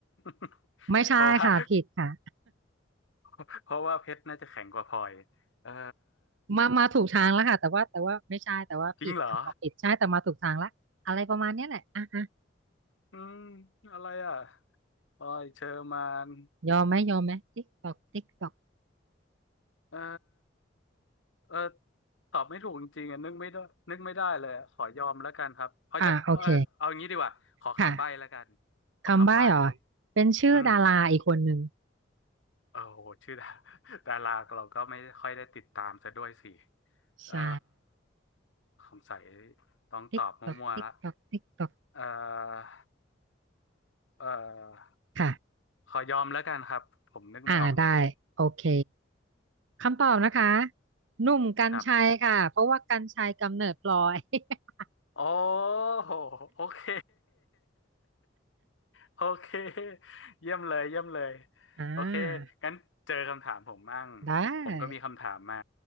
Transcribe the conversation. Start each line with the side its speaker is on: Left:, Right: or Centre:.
Left: <laughs>
Right: ไม่ใช่ค่ะผิดค่ะ
Left: เพราะว่า <laughs> เพราะว่าเพชรน่าจะแข็งกว่าพลอยเอ่อ
Right: มามาถูกทางแล้วค่ะแต่ว่าแต่ว่าไม่ใช่แต่ว่าผิดคำตอบผิดใช่แต่มาถูกทางละอะไรประมาณเนี้ยแหละอ่ะฮะ
Left: จริงเหรออืมอะไรอ่ะพลอยเชอร์มาน
Right: ยอมไหมยอมไหมติ๊กตอกติ๊กตอก
Left: เออ เออตอบไม่ถูกจริงๆอ่ะนึกไม่ได้นึกไม่ได้เลยอะขอยอมแล้วกันครับเขาจะเออเอาอย่างนี้ดีกว่าขอคำใบ้แล้วกัน
Right: อ่าโอเคค่ะ
Left: ขอคำใบ้
Right: คำใบ้เหรอเป็นชื่อดาราอีกคนหนึ่ง
Left: อืมโอ้โหชื่อดาดาราเราก็ไม่ค่อยได้ติดตามซะด้วยสิเออ
Right: ใช่
Left: สงสัยต้องตอบมั่วๆละ
Right: ติ๊กตอกติ๊กตอกติ๊กตอก
Left: เออเออ
Right: ค่ะ
Left: ขอยอมแล้วกันครับผมนึกไม่ออกจริง
Right: อ่าได้โอเคคำตอบนะคะหนุ่มกรรชัยค่ะเพราะว่ากรรชัยกำเนิดพลอย
Left: ๆครับ
Right: <laughs>
Left: โอ้โหโอเค โอเค <laughs> เยี่ยมเลยเยี่ยมเลย
Right: อ่า
Left: โอเคงั้นเจอคำถามผมมั่ง
Right: ได้
Left: ผมก็มีคำถามมา